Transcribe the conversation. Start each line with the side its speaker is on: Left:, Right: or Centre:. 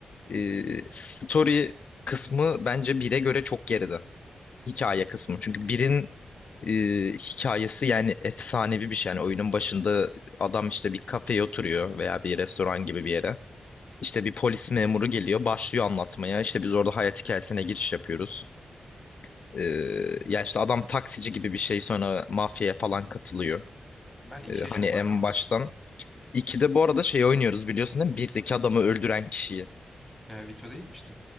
Left: e, story kısmı bence bire göre çok geride. Hikaye kısmı. Çünkü birin e, hikayesi yani efsanevi bir şey. Yani oyunun başında adam işte bir kafeye oturuyor veya bir restoran gibi bir yere. İşte bir polis memuru geliyor, başlıyor anlatmaya. İşte biz orada hayat hikayesine giriş yapıyoruz.
Centre: Hı hı.
Left: E, ya işte adam taksici gibi bir şey sonra mafyaya falan katılıyor.
Centre: Ben ikiye
Left: E, hani
Centre: çok
Left: en
Centre: hayran olmuştum.
Left: baştan.
Centre: yani.
Left: 2'de bu arada şey oynuyoruz biliyorsun değil mi? Birdeki adamı öldüren kişiyi.
Centre: Vito değil mi işte?